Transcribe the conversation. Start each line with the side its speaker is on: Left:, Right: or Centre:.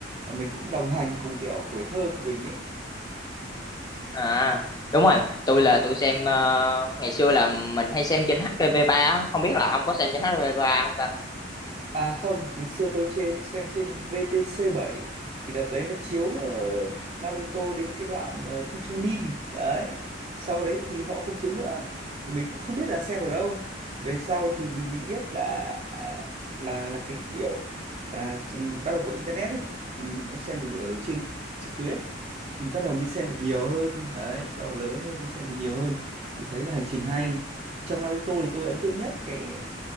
Right: Và mình cũng đồng hành cùng kiểu tuổi thơ của mình ấy.
Left: à đúng rồi tôi là tôi xem ờ, ngày xưa là mình hay xem trên HTV3 á không biết là ông có xem trên HTV3 không ta
Right: À không, ngày xưa tôi trên xem trên vtc bảy thì đợt đấy nó chiếu ờ, Naruto đến cái đoạn mà thi Chunin đấy. Sau đấy thì họ không chiếu nữa thì mình cũng không biết là xem ở đâu. Về sau thì mình mới biết là à, là là cái kiểu là ừ, bắt đầu có internet đi thì mình có xem được ở trên trực tuyến thì bắt đầu mới xem được nhiều hơn đấy, bắt đầu lớn hơn mới xem được nhiều hơn thì thấy là hành trình hay. Trong Naruto thì tôi ấn tượng nhất cái